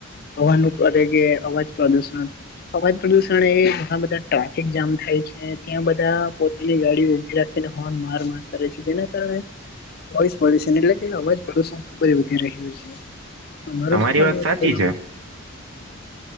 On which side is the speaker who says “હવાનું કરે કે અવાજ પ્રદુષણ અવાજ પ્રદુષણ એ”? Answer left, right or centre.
Left